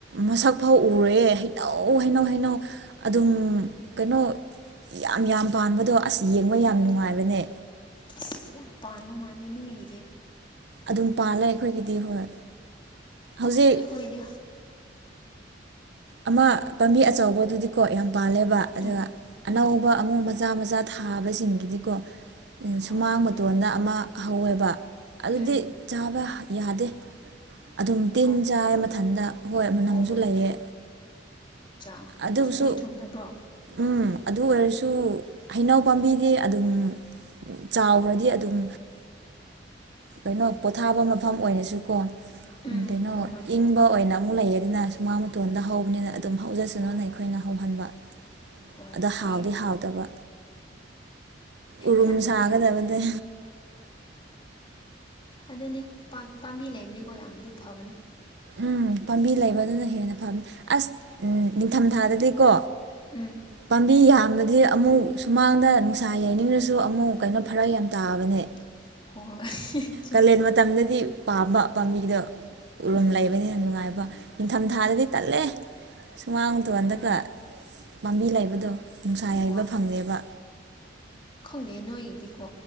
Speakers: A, on the right (about 65°); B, on the left (about 30°).
A: ꯃꯁꯛ ꯐꯥꯎ ꯎꯔꯣꯏꯌꯦ ꯍꯩꯅꯧ ꯍꯩꯅꯧ ꯍꯩꯅꯧ ꯑꯗꯨꯝ ꯀꯩꯅꯣ ꯌꯥꯝ ꯌꯥꯝ ꯄꯥꯟꯕꯗꯣ ꯑꯁ ꯌꯦꯡꯕ ꯌꯥꯝ
B: ꯎꯝ
A: ꯅꯨꯡꯉꯥꯏꯕꯅꯦ
B: ꯑꯁ ꯌꯥꯝ ꯄꯥꯟꯕꯥ ꯃꯥꯜꯂꯦ ꯅꯣꯏꯒꯤꯗꯤ
A: ꯑꯗꯨꯝ ꯄꯥꯜꯂꯦ ꯑꯩꯈꯣꯏꯒꯤꯗꯤ ꯍꯣꯏ ꯍꯧꯖꯤꯛ
B: ꯑꯩꯈꯣꯏꯗꯤ
A: ꯑꯃ ꯄꯥꯝꯕꯤ ꯑꯆꯧꯕꯗꯨꯗꯤꯀꯣ ꯌꯥꯝ ꯄꯥꯜꯂꯦꯕ ꯑꯗꯨꯒ
B: ꯎꯝ
A: ꯑꯅꯧ
B: ꯎꯝ
A: ꯀꯣ ꯑꯃꯨꯛ ꯃꯆꯥ ꯃꯆꯥ ꯊꯥꯕꯁꯤꯡꯒꯤꯗꯤꯀꯣ ꯁꯨꯃꯥꯡ
B: ꯍꯣꯏ
A: ꯃꯇꯣꯟꯗ ꯑꯃ ꯍꯧꯋꯦꯕ ꯑꯗꯨꯗꯤ
B: ꯎꯝ
A: ꯆꯥꯕ ꯌꯥꯗꯦ ꯑꯗꯨꯝ ꯇꯤꯟ
B: ꯍꯥꯎꯇꯕꯩꯔꯣ
A: ꯆꯥꯏ ꯃꯊꯟꯇ ꯍꯣꯏ ꯃꯅꯝꯁꯨ
B: ꯑꯣ ꯑꯣ
A: ꯂꯩꯌꯦ
B: ꯆꯥ
A: ꯑꯗꯨꯁꯨ
B: ꯊꯨꯝꯗꯤ ꯊꯨꯝꯗꯕ꯭ꯔꯣ
A: ꯎꯝ ꯑꯗꯨ ꯑꯣꯏꯔꯁꯨ ꯍꯩꯅꯎ ꯄꯥꯝꯕꯤꯗꯤ ꯑꯗꯨꯝ ꯆꯥꯎꯈ꯭ꯔꯗꯤ ꯑꯗꯨꯝ ꯀꯩꯅꯣ ꯄꯣꯊꯥꯕ ꯃꯐꯝ ꯑꯣꯏꯔꯁꯨꯀꯣ
B: ꯎꯝ
A: ꯀꯩꯅꯣ
B: ꯎꯝ ꯍꯣꯏ ꯍꯣꯏ
A: ꯏꯪꯕ ꯑꯣꯏꯅ ꯑꯃꯨꯛ ꯂꯩꯌꯦ ꯑꯗꯨꯅ ꯁꯨꯃꯥꯡ ꯃꯇꯣꯟꯗ ꯍꯧꯕꯅꯤꯅ ꯑꯗꯨꯝ ꯍꯧꯖ
B: ꯍꯣꯏ
A: ꯑꯩꯈꯣꯏꯅ ꯍꯧꯍꯟꯕ
B: ꯍꯣꯏ
A: ꯑꯗ
B: ꯐꯩꯌꯦ
A: ꯍꯥꯎꯗꯤ ꯍꯥꯎꯇꯕ ꯎꯔꯨꯝ
B: ꯀꯥꯟꯅꯗꯦ
A: ꯁꯥꯒꯗꯕꯗꯤ
B: ꯍꯥꯏꯕꯗ ꯑꯗꯨꯅꯦ ꯄꯥ ꯄꯥꯝꯕꯤ ꯂꯩꯕꯅꯦꯀꯣ ꯌꯥꯝꯗꯤ ꯐꯕꯅꯦ
A: ꯎꯝ ꯄꯥꯝꯕꯤ ꯂꯩꯕꯗꯨꯅ ꯍꯦꯟꯅ ꯐꯕꯅꯤ ꯑꯁ ꯅꯤꯡꯊꯝ ꯊꯥꯗꯗꯤꯀꯣ
B: ꯎꯝ
A: ꯄꯥꯝꯕꯤ ꯌꯥꯝꯕꯗꯤ ꯑꯃꯨꯛ ꯁꯨꯃꯥꯡꯗ ꯅꯨꯡꯁꯥ ꯌꯥꯩꯅꯤꯡꯔꯁꯨ ꯑꯃꯨꯛ ꯀꯩꯅꯣ ꯐꯔꯛ ꯌꯥꯝ ꯇꯥꯕꯅꯦ
B: ꯍꯣꯏ <unintelligible>
A: ꯀꯥꯂꯦꯟ ꯃꯇꯝꯗꯗꯤ ꯄꯥꯝꯕ ꯄꯥꯝꯕꯤꯗꯣ ꯎꯔꯨꯝ
B: ꯎꯝ
A: ꯂꯩꯕꯅꯤꯅ ꯅꯨꯡꯉꯥꯏꯕ ꯅꯤꯡꯊꯝ ꯊꯥꯗꯗꯤ ꯇꯜꯂꯦ ꯁꯨꯃꯥꯡ ꯃꯇꯣꯟꯗꯒ ꯄꯥꯝꯕꯤ ꯂꯩꯕꯗꯣ ꯅꯨꯡꯁꯥ ꯌꯥꯏꯕ
B: ꯍꯣꯏ
A: ꯐꯪꯉꯦꯕ
B: ꯈꯪꯗꯦ ꯅꯣꯏꯒꯤꯗꯤꯀꯣ